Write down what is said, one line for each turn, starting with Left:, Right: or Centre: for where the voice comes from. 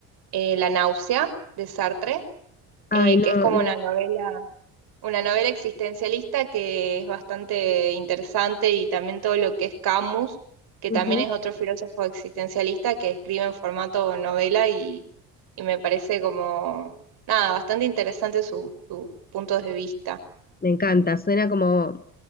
Right: eh, La náusea de Sartre,
Left: Ay,
Right: eh,
Left: no,
Right: que es como
Left: no.
Right: una novela. Una novela existencialista que es bastante interesante y también todo lo que es Camus, que
Left: ujú.
Right: también es otro filósofo existencialista que escribe en formato novela y, y me parece como, nada, bastante interesante su, su punto de vista.
Left: Me encanta, suena como